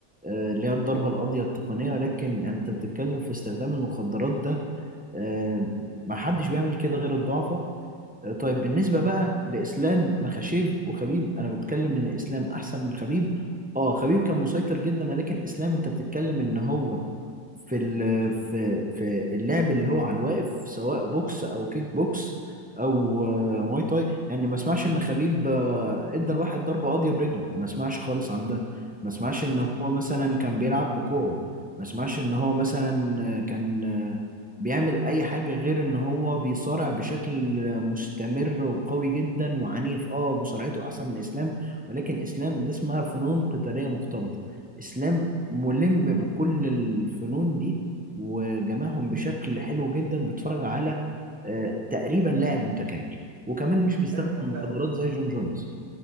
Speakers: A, in the centre; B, on the right.
A: آه، اللي هي الضربة القاضية التقنية لكن يعني انت بتتكلم في استخدام المخدرات ده آه، ما حدش بيعمل كده غير الضعفاء آه، طيب بالنسبة بقى لإسلام مخاشيف وخبيب أنا بتكلم إن إسلام أحسن من خبيب اه خبيب كان مسيطر جدا لكن إسلام انت بتتكلم إن هو في ال- في في اللعب اللي هو على الواقف سواء بوكس او كيك بوكس او آه، مواي تاي يعني ما اسمعش ان خبيب آه، ادى الواحد ضربه قاضيه برجله ما اسمعش خالص عن ده ما اسمعش ان
B: مم.
A: هو مثلا كان بيلعب بكوعه ما اسمعش ان هو مثلا آه، كان آه، بيعمل اي حاجه غير ان هو بيصارع بشكل آه، مستمر وقوي جدا وعنيف اه مصارعته احسن من اسلام ولكن اسلام ده اسمها فنون قتاليه مختلطه اسلام ملم بكل الفنون دي وجمعهم بشكل حلو جدا بتفرج على آه، تقريبا لاعب متكامل وكمان مش بيستخدم
B: طيب ما انت
A: المخدرات زي جون جونز